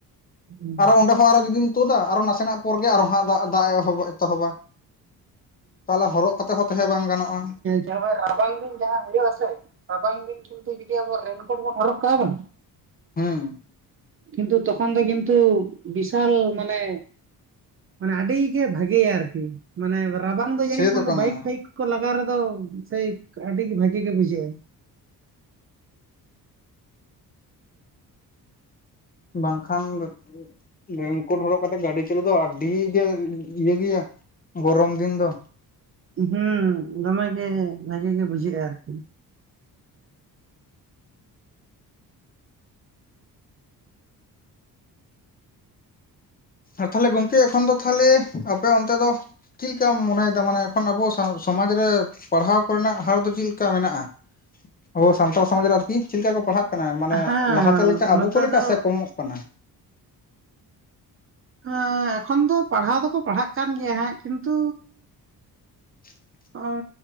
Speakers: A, on the right; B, on the left.
A: ᱦᱮᱸ
B: ᱟᱨᱚ ᱚᱸᱰᱮ ᱦᱚᱸ ᱟᱨᱚ ᱡᱩᱫᱤᱢ ᱛᱩᱫᱟ ᱟᱨᱚ ᱱᱟᱥᱮᱱᱟᱜ ᱯᱚᱨ ᱜᱮ ᱟᱨᱚ ᱦᱟᱸᱜ ᱫᱟᱜ ᱫᱟᱜ ᱮ ᱮᱛᱚᱦᱚᱵᱟ᱾ ᱛᱟᱦᱚᱞᱮ ᱦᱚᱨᱚᱜ ᱠᱟᱛᱮ ᱦᱚᱸ ᱛᱟᱦᱮᱸ ᱵᱟᱝ ᱜᱟᱱᱚᱜ-ᱟ᱾
A: ᱮ ᱦᱚᱜ-ᱚᱭ ᱨᱟᱵᱟᱝ ᱫᱤᱱ ᱡᱟᱦᱟᱸ ᱦᱩᱭᱩᱜ-ᱟ ᱥᱮ ᱨᱟᱵᱟᱝ ᱫᱤᱱ ᱠᱤᱱᱛᱩ ᱡᱩᱫᱤ ᱟᱵᱚ ᱨᱮᱱᱠᱳᱴ ᱵᱚᱱ ᱦᱚᱨᱚᱜ ᱠᱟᱜ-ᱟ ᱵᱟᱝ᱾
B: ᱦᱩᱸ᱾
A: ᱠᱤᱱᱛᱩ ᱛᱚᱠᱷᱚᱱ ᱫᱚ ᱠᱤᱱᱛᱩ ᱵᱤᱥᱟᱞ ᱢᱟᱱᱮ ᱢᱟᱱᱮ ᱟᱹᱰᱤ ᱜᱮ ᱵᱷᱟᱜᱮᱭᱟ ᱟᱨᱠᱤ᱾ ᱢᱟᱱᱮ ᱨᱟᱵᱟᱝ ᱫᱚ ᱡᱟᱹᱱᱤᱡ
B: ᱥᱮ
A: ᱠᱷᱟᱱ
B: ᱛᱚ ᱠᱟᱱᱟ
A: ᱵᱟᱭᱤᱠ ᱯᱦᱟᱭᱤᱠ ᱠᱚ ᱞᱟᱜᱟᱣ ᱨᱮᱫᱚ ᱥᱮᱭ ᱟᱹᱰᱤ ᱜᱤ ᱵᱷᱟᱜᱤ ᱜᱮ ᱵᱩᱡᱷᱟᱹᱜ-ᱟ᱾
B: ᱵᱟᱝᱠᱷᱟᱱ ᱫᱚ ᱨᱮᱱᱠᱳᱴ ᱦᱚᱨᱚᱜ ᱠᱟᱛᱮᱫ ᱜᱟᱹᱰᱤ ᱪᱟᱹᱞᱩ ᱫᱚ ᱟᱹᱰᱤ ᱜᱮ ᱤᱭᱟᱹ ᱜᱮᱭᱟ ᱜᱚᱨᱚᱢ ᱫᱤᱱ ᱫᱚ᱾
A: ᱩᱸᱦᱩᱸ ᱫᱚᱢᱮ ᱜᱮ ᱵᱷᱟᱜᱮ ᱜᱮ ᱵᱩᱡᱷᱟᱹᱜ-ᱟ ᱟᱨᱠᱤ᱾
B: ᱟᱨ ᱛᱦᱟᱞᱮ ᱜᱚᱝᱠᱮ ᱮᱠᱷᱚᱱ ᱫᱚ ᱛᱷᱟᱞᱮ ᱟᱯᱮ ᱚᱱᱛᱮ ᱫᱚ᱾ ᱪᱤᱱ ᱞᱤᱠᱟᱢ ᱢᱚᱱᱮᱭᱮᱫᱟ ᱢᱟᱱᱮ ᱮᱠᱷᱚᱱ ᱟᱵᱚ ᱥᱟ ᱥᱚᱢᱟᱡᱽ ᱨᱮ ᱯᱟᱲᱦᱟᱣ ᱠᱚᱨᱮᱱᱟᱜ ᱦᱟᱨ ᱫᱚ ᱪᱮᱫ ᱞᱮᱠᱟ ᱢᱮᱱᱟᱜ-ᱟ, ᱟᱵᱚ ᱥᱟᱱᱛᱟᱲ ᱥᱚᱢᱟᱡᱽ ᱨᱮ ᱟᱨᱠᱤ ᱪᱮᱫ ᱞᱮᱠᱟ ᱠᱚ ᱯᱟᱲᱦᱟᱜ ᱠᱟᱱᱟ ᱢᱟᱱᱮ
A: ᱦᱮᱸ
B: ᱞᱟᱦᱟᱛᱮ ᱞᱮᱠᱟ ᱟᱵᱩ
A: ᱱᱚᱛᱮ
B: ᱠᱩ ᱞᱮᱠᱟ
A: ᱫᱚ
B: ᱥᱮ ᱠᱚᱢᱚᱜ ᱠᱟᱱᱟ?
A: ᱦᱟ ᱮᱠᱷᱚᱱ ᱫᱚ ᱯᱟᱲᱦᱟᱣ ᱫᱚᱠᱚ ᱯᱟᱲᱦᱟᱜ ᱠᱟᱱ ᱜᱮᱭᱟ ᱦᱟᱸᱜ, ᱠᱤᱱᱛᱩ
B: <inaudible>
A: ᱚ